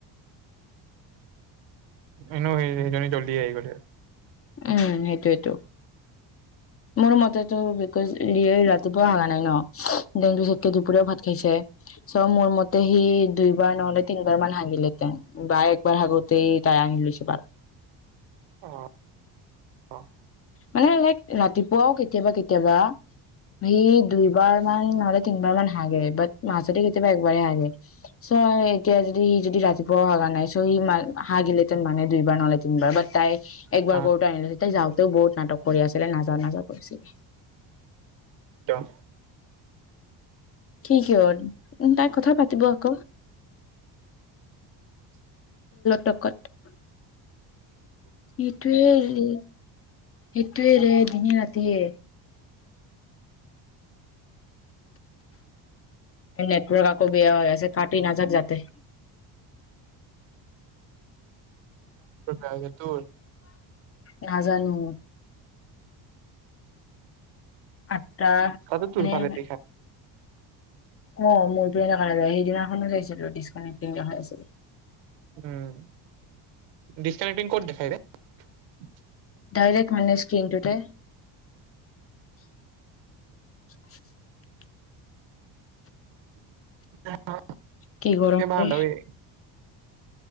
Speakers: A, on the right; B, on the left.
A: এনেও হেৰি জনি জল্দিয়ে আহি গৈছে।
B: উম সেইটোৱেটো। মোৰ মতেইতো বিকজ ৰাতিপুৱা হোৱা নাই ন। ডেংগু চতকে দুপৰীয়াও ভাত খাইছে। চ মোৰ মতে সি দুই বাৰ নহ'লে তিন বাৰমান হাগিলে তাই বা একবাৰ হাগোতে তাই আঙিলি স বাৰ।
A: অ অ
B: মানে লাইক ৰাতিপুৱাও কেতিয়াবা কেতিয়াবা সি দুইবাৰ মান নহলে তিনিবাৰ মান হাগে ব মাাজতে কেতিয়াবা একবাৰ হাগে চ' এতিয়া যদি সি যদি ৰাতিপুৱাও হাগা নাই চ' সি হাগিলেহতেন মানে দুইবাৰ নহ'লে তিনিবাৰ বাট তাই। একবাৰ
A: অ
B: কৰোতে হাগিলে তে যাওঁ। ত' বহুত নাটক কৰি আছিলে নাজাও-নাজাও কৰিছিলে।
A: ত'
B: কি', -কি ', হ'ল তাই কথা পাতিব আকৌ। তকত সেইটোৱে হেৰি সেইটোৱেৰে দিনে ৰাতিয়ে, নেটৱৰ্ক আকৌ বেয়া হৈ আছে কাটি নাযাক যাতে। <unintelligible> <unintelligible>
A: সেইটো,
B: নাজানো, আঠতা
A: তাতো তোৰ
B: নে',
A: ফালে দেখা
B: অ', মোৰতো এনেকুৱা নায় সেইদিনাখনো চাইছিলো ডিচকানেক্টটিং দেখাই আছিলে।
A: উম', ডিছকানেক্টিং ক'ত দেখাই ৰে? <unintelligible>
B: ডাইৰেক্ট মানে স্ক্ৰিনটোতে, <unintelligible>
A: <unintelligible>
B: কি গৰম ৰে